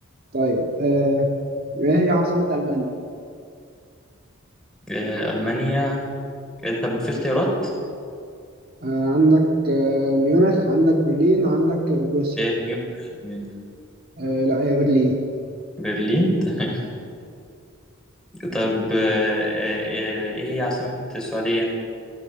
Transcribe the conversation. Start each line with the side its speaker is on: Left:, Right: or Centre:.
Right: طيب آه، ايه هي عاصمه المانيا
Centre: آه، ألمانيا آه، طب في اختيارات
Right: آه، عندك آه، ميونخ عندك برلين عندك بروسيا
Centre: آه، ميونخ ميونخ
Right: آه، لا هي برلين
Centre: برلين <laughs> تمام. طب آه، آه، آه، إيه هي عاصمة السعودية